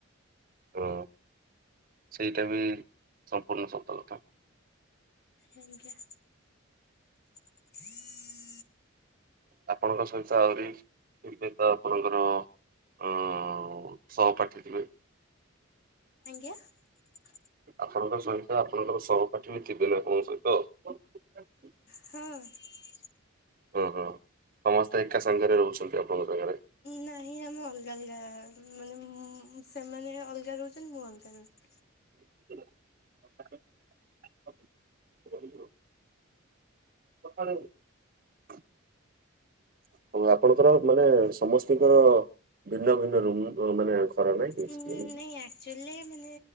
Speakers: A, on the right (about 45°); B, on the left (about 50°).
A: ହଁ ସେଇଟା ବି ସମ୍ପୂର୍ଣ୍ଣ ସତ କଥା।
B: ଆଜ୍ଞା। <unintelligible>
A: ଆପଣଙ୍କ ସହିତ ଆହୁରି ଏବେ ତ ଆପଣଙ୍କର ଅ- ସହପାଠୀ ଥିବେ
B: <unintelligible>
A: ଆପଣଙ୍କ ସହିତ ଆପଣଙ୍କର ସହପାଠୀ ବି ଥିବେ ନା ଆପଣଙ୍କ ସହିତ <inaudible>
B: ହୁଁ।
A: ଓ ହୋ ସମସ୍ତେ ଏକା ସାଙ୍ଗରେ ରହୁଛନ୍ତି ଆପଣଙ୍କ ଘରେ।
B: ନାହିଁ ଆମେ ଅଲଗା ଅଲଗା ମାନେ ମୁ ସେମାନେ ଅଲଗା ରହୁଛନ୍ତି ମୁଁ ଅଲଗା ରହୁଛି।
A: <unintelligible> <unintelligible> ହଉ ଆପଣଙ୍କର ମାନେ ସମସ୍ତିଙ୍କର ଭିନ୍ନ ଭିନ୍ନ ରୁମ୍ ମାନେ ଖରା ନାଇ କି?
B: ଉଁ, ନାଇଁ ଆକ୍ଚୁଆଲି ମାନେ